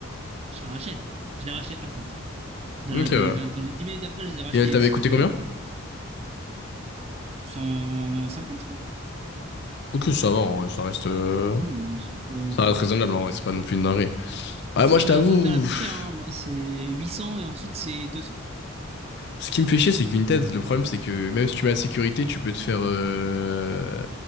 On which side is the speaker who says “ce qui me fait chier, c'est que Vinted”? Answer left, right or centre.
Left